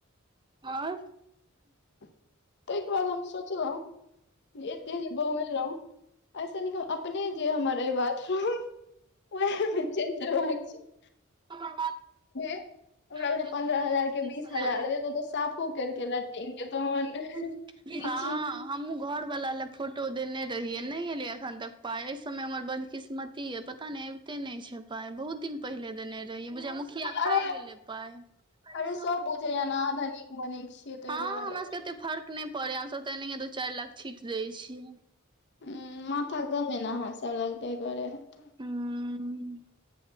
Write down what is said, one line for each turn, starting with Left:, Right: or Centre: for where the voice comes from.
Right: आर।
Left: तयके बाद हम सोचलौं एते जे बौेएलौं ऐसे नीक हम अपने जे हमर अय बाथरूम ओहे मे चैल जेबाक चाही।
Right: हमर <unintelligible>
Left: ओकरा
Right: पन्द्रह
Left: भेलै
Right: हजार से
Left: के
Right: बीस हजार
Left: दे दो तऽ साफो करिके लैट्रिन के तहन किछु
Right: <unintelligible> हँ। हमु घर वला ले फोटो देने रहियै नै एलय अखन तक पाय अय सबमे हमर बदकिस्मत की ये पता नै अबिते नै छैय पाय बहुत दिन पहिले देने रहियै बुझाइयै मुखिया खा
Left: अरे
Right: गेलै पाय। हँ
Left: अरे सब बुझैया ने आहाँ धनिक मनिक छियै ताहि
Right: हमरा
Left: दुआरे
Right: सबके एते फर्क नै पड़ैये हमसब त एनहिये दू चाइर लाख छीट दै छियै।
Left: ह माथा कम अयने अहाँ सब लग तै दुआरे हेतै।
Right: हूँ